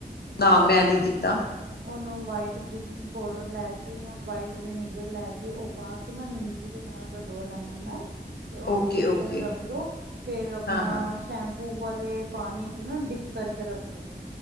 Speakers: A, on the left; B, on the right.
A: ਨਾਂ, ਮੈਂ ਨੀਂ ਕੀਤਾ।
B: ਉਹਨੂੰ ਵਾਈਟ ਬਲੀਚਿੰਗ ਪੋਡਰ ਲੈ ਕੇ ਜਾਂ ਵਾਈਟ ਵਿਨੀੇਗਰ ਲੈ ਕੇ ਉਹ ਪਾ ਕੇ ਨਾ ਨਿੰਬੂ ਦੇ ਨਾਲ ਰਗੜੋ, ਲੈਮਨ ਨਾਲ। ਤੇ ਉਹਨੂੰ
A: ਓਕੇ
B: ਥੋੜ੍ਹੀ
A: ਓਕੇ
B: ਦੇਰ ਰੱਖ ਦੋ, ਫਿਰ ਆਪਣਾ
A: ਹਾਂ ਹਾਂ
B: ਸ਼ੈਂਪ ਪੂ ਵਾਲੇ ਪਾਣੀ ਚ ਨਾ ਡਿਪ ਕਰਕੇ ਰੱਖ ਦੋ।